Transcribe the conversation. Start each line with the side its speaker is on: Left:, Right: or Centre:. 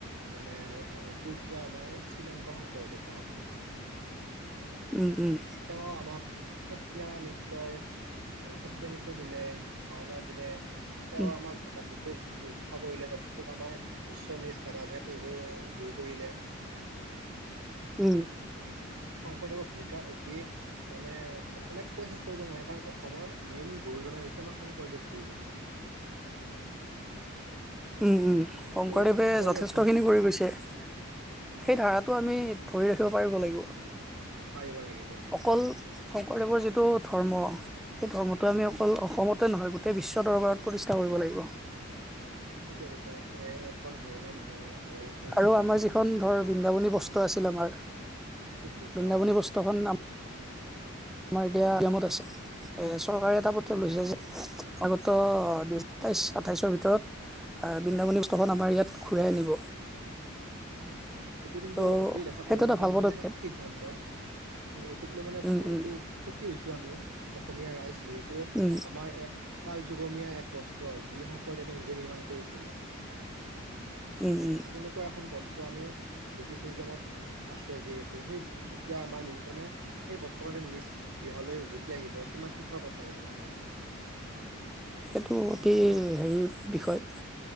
Right: মানে এ পূৰ্য্য আমাৰ শ্ৰীমন্ত শংকৰদেৱ মহাপুৰুষ
Centre: উম্ উম্।
Right: তেওঁ আমাক এতিয়া নৃত্যৰ সত্ৰীয়া নৃত্য দিলে, ভাওনা দিলে। তেওঁ
Centre: উম
Right: আমাক জাতিটোক ৰক্ষা কৰিলে, জাতি তোক আমাৰ উচ্চ নিজ ভেদা-ভেদ এইবোৰ দূৰ কৰিলে।
Centre: উম।
Right: শংকৰদেৱৰ ভূমিকা অতি মানে মানে কৈ শেষ কৰিব নোৱাৰি কাৰণ অসমৰ মেইন গুৰুজনাই হৈছে আমাৰ শংকৰদেৱ গুৰুজনা।
Centre: উম উম। শংকৰদেৱে
Right: তেওঁৱে তেওঁৱে
Centre: যথেষ্টখিনি
Right: অসম
Centre: কৰি গৈছে। সেই
Right: উম
Centre: ধাৰাত টো আমি ধৰি ৰাখিব পাৰিব লাগিব।
Right: পাৰিব লাগিব।
Centre: অকল শংকৰদেৱৰ যিটো ধৰ্ম সেই ধৰ্মটো আমি অকল অসমতে নহয়, গোটেই বিশ্ব দৰবাৰত প্ৰতিষ্ঠা কৰিব লাগিব।
Right: ঠিকে কৈছো এ এখন হৰি নাম ধৰ্ম নৱ বৈষ্ণৱ ধৰ্ম
Centre: আৰু আমাৰ যিখন ধৰ বৃন্দাবনী বস্ত্ৰ আছিল আমাৰ
Right: ঠিক কৈছা
Centre: বৃন্দাবনী
Right: অ
Centre: বস্ত্ৰ তহন নাম আমাৰ এতিয়া গিয়ামত আছে এ চৰকাৰে এটা পদক্ষেপ
Right: উম
Centre: লৈছে
Right: উম
Centre: যে আগত ত' সাতাইছ আঠাইছৰ ভিতৰত বৃন্দাবন বস্ত্ৰ খন আমাৰ ইয়াত ঘূৰাই আনিব।
Right: সেইটো কিন্তু
Centre: ত'
Right: অতি লেখত
Centre: সেইটো
Right: ল'ব
Centre: এটা
Right: লগীয়া
Centre: ভাল
Right: মানে
Centre: পদক্ষেপ
Right: সিদ্ধান্ত, এইটোক লৈ মানে
Centre: উম
Right: বহুতো
Centre: উম
Right: সুখী হৈছো আমি, অসমীয়া ৰাইজ যিহেতু
Centre: উম
Right: আমাৰ এক কাল যুগমীয়া এক বস্ত্ৰ, যি শংকৰদেৱে নিজে নিৰ্মাণ কৰিছিল।
Centre: এই
Right: তেনেকুৱা এখন বস্তু আমি ব্ৰিটিছ মিউজিয়ামত আছে যিহেতু, সেই যেতিয়া আমাৰ নি মানে সেই বস্ত্ৰ ম যে নিজ গৃহলৈ উভতি আহিব। কিমান সুখৰ কথা এইয়া আমাৰ কাৰণে।
Centre: সেইটো অতি হেৰি বিষয়।